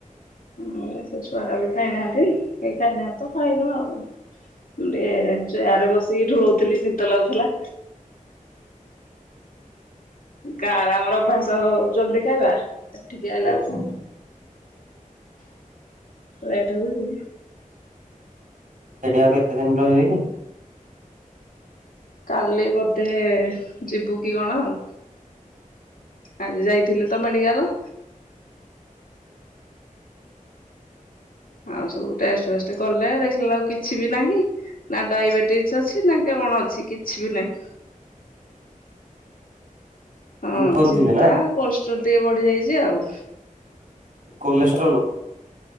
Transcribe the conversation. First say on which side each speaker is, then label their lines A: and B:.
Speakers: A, on the left; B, on the right.
A: ହଁ ସେ ଛୁଆରା ବି ଖାଇନାହାନ୍ତି, କେହି ଖାଇନାହାନ୍ତି ତ ଖାଇନୁ ଆଉ। ମୁଁ ଟିକେ ଚେୟାର ରେ ବସିକି ଢୁ ଉଥିଲି ଶୀତ ଲାଗୁଥିଲା ଗାଁରେ ଆମର ଅଭ୍ୟାସ ଜଲ୍ଦି ଖାଇବା, ଏଠିକି ଆଇଲା
B: ତ
A: ବେ ବେଳୁକୁ ଲେଟ୍ ହଉଚି।
B: ସେଠି ଆଉ କେତେ ଦିନ୍ ରହିବେ କି?
A: କାଲି ବୋଧେ ଯିବୁ କି କଣ ଆଉ। ଆଜି ଯାଇଥିଲେ ତ ମେଡିକାଲ। ଆଉ ସବୁ ଟେଷ୍ଟ ଫେଷ୍ଟ କଲେ ଦେଖିଲା ବେଳକୁ କିଛି ବି ନାହିଁ। ନା ଡାଇବେଟିସ୍ ଅଛି ନା କଣ ଅଛି କିଛି ବି ନାହିଁ। ହଁ
B: କରୁଥିବେ
A: ଚିନ୍ତା
B: ନା
A: କୋଲଷ୍ଟ୍ରୋଲ୍ ଟିକେ ବଢି ଯାଇଚି ଆଉ।
B: କୋଲେଷ୍ଟ୍ରୋଲ?